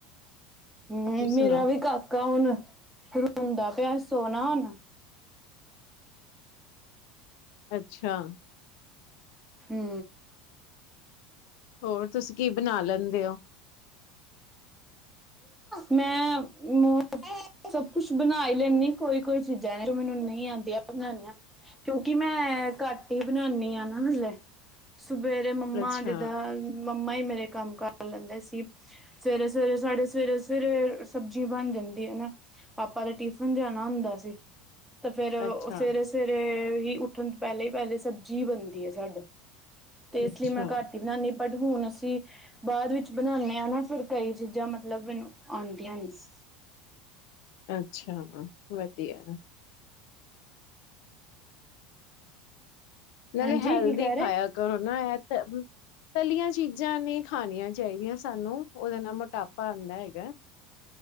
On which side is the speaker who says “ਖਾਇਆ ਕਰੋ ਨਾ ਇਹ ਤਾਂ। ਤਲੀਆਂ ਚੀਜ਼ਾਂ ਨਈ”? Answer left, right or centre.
Left